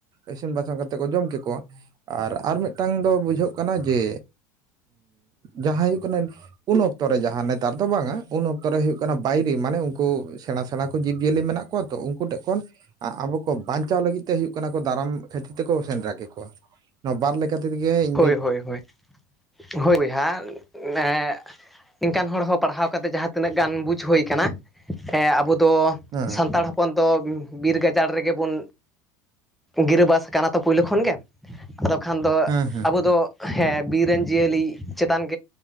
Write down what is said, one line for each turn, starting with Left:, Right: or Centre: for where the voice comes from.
Right: ᱤᱥᱤᱱ ᱵᱟᱥᱟᱝ ᱞᱟᱭᱮᱫᱟ ᱠᱚ ᱡᱚᱢ ᱠᱮᱠᱚᱣᱟ ᱟᱨ ᱟᱨ ᱢᱤᱫᱤᱫᱴᱮᱱ ᱢᱤᱫᱴᱟᱝ ᱫᱚ ᱵᱩᱡᱷᱟᱹᱜ ᱠᱟᱱᱟ ᱡᱮ ᱡᱟᱦᱟᱸ ᱦᱩᱭᱩᱜ ᱠᱟᱱᱟ ᱩᱱ ᱚᱠᱛᱚᱨᱮ ᱡᱟᱦᱟᱸ ᱱᱮᱛᱟᱨ ᱫᱚ ᱵᱟᱝᱟ ᱩᱱ ᱚᱠᱛᱚᱨᱮ ᱦᱩᱭᱩᱜᱜ ᱠᱟᱱᱟ ᱵᱟᱭᱨᱮ ᱢᱟᱱᱮ ᱩᱱᱠᱩ ᱥᱮᱬᱟ ᱥᱮᱬᱟ ᱠᱚ ᱡᱤᱵᱽ ᱡᱤᱭᱟᱹᱞᱤ ᱢᱮᱱᱟᱜ ᱠᱚᱣᱟ ᱛᱚ ᱩᱱᱠᱩ ᱴᱷᱮᱱ ᱠᱷᱚᱱ ᱟᱵᱚ ᱠᱚ ᱵᱟᱧᱪᱟᱣ ᱞᱟᱹᱜᱤᱫ ᱛᱮ ᱦᱩᱭᱩᱜ ᱠᱟᱱᱟ ᱠᱚ ᱫᱟᱨᱟᱢ ᱠᱷᱟᱹᱛᱤᱨ ᱛᱮᱠᱚ ᱥᱮᱸᱫᱽᱨᱟ ᱠᱮᱠᱚᱣᱟ ᱱᱚᱣᱟ ᱵᱟᱨ ᱞᱮᱠᱟ ᱠᱟᱛᱤᱨ ᱜᱮᱭᱟᱧ
Centre: ᱦᱳᱭ ᱦᱳᱭ ᱦᱳᱭ ᱦᱳᱭ ᱵᱚᱭᱦᱟ ᱮ ᱱᱮᱠᱟᱱ ᱦᱚᱲ ᱦᱚᱸ ᱯᱟᱲᱦᱟᱣ ᱠᱟᱛᱮ ᱡᱟᱦᱟᱸ ᱛᱤᱱᱟᱹᱜ ᱜᱟᱱ ᱵᱩᱡᱽ ᱦᱩᱭ ᱠᱟᱱᱟ ᱮ ᱟᱵᱚ ᱫᱚ
Right: ᱦᱮᱸ
Centre: ᱥᱟᱱᱛᱟᱲ ᱦᱚᱯ ᱦᱚᱯᱚᱱ ᱫᱚ ᱵᱤᱨ ᱜᱟᱡᱟᱲ ᱨᱮᱜᱮ ᱵᱚᱱ ᱜᱤᱨᱟᱹᱵᱟᱥ ᱠᱟᱱᱟ ᱛᱚ ᱯᱳᱭᱞᱳ ᱠᱷᱚᱱ ᱜᱮ ᱟᱫᱚ ᱠᱷᱟᱱ ᱫᱚ
Right: ᱦᱮᱸ ᱦᱮᱸ
Centre: ᱟᱵᱚᱫ ᱫᱚ ᱦᱮᱸ ᱵᱤᱨ ᱨᱮᱱ ᱡᱤᱭᱟᱹᱞᱤ ᱪᱮᱛᱟᱱᱜ